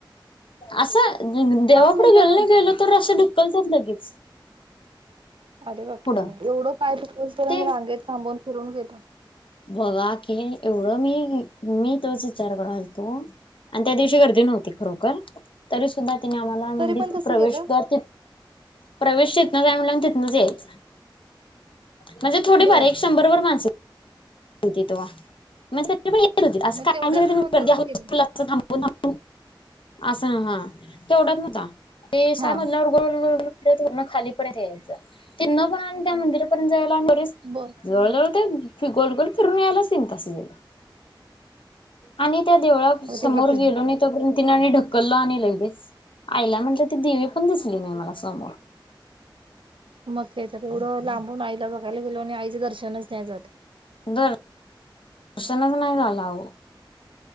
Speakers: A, on the left; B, on the right.
A: आसं देवापुढे
B: पाच मिनिटं
A: गेल नाही
B: पण
A: गेलं तर असं ढुक्कलतात लगेच. <inaudible>
B: अरे बाप
A: पुढं
B: रे एवढं पाय दुकुस पर्यंत
A: ते
B: रांगेत थांबून फरून गेलतो.
A: बघा की एवढं मी मी तोच विचारलतो आणि त्या दिवशी गर्दी नव्हती खरोखर तरी सुद्धा तिने आम्हाला
B: तरी
A: मंडत
B: पण तसं
A: प्रवेश
B: केलं
A: कर. प्रवेश तथनच आहे म्हला तिथनच यायचं म्हणजे थोडीफार
B: बर
A: एक शंभर माच कती तवा म्ह असं
B: मग
A: कायर्दी
B: तेवढ्यांना पण तसं केलं
A: थांबून थांबून. असं ना हा तेवढच नवता. ते सांगजलं
B: हा
A: ग गखाली पण त्या मिर्य
B: बर
A: जवळ जवळते फि गोल गोल तरिरण यालाच नम तस गेलं आणि त्या देवळा समोर
B: अरे बापरे
A: गेलो आणि तोपर्यंत तिन आणि ढकल आणि लगेच आईला म्हटलं ती दिवी पण दिसली नाही मला समोर
B: मगच तेवढं लांबून आईला बघ गेलो आणि आईचें दर्शनच नाही जात
A: बर. त्यांच नाही झाला हो.